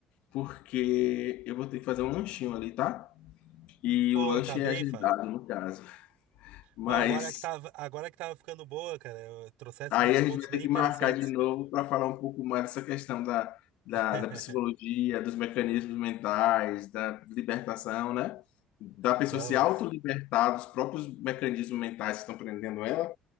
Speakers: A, on the left; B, on the right.
A: porque eu vou ter que fazer um lanchinho ali, tá? E
B: Pô,
A: o lanche
B: tá bem,
A: é agendado,
B: Fábio.
A: no caso. Mas
B: Pô, agora que tava, agora que tava ficando boa, cara, eu trouxesse
A: Aí
B: muitos
A: a
B: pontos
A: gente vai ter
B: bem
A: que
B: interessantes.
A: marcar de novo para falar um pouco mais dessa questão da, da,
B: <laughs>
A: da psicologia, dos mecanismos mentais, da libertação, né? Da pessoa
B: Vamos.
A: se autolibertar dos próprios mecanismos mentais que estão prendendo ela.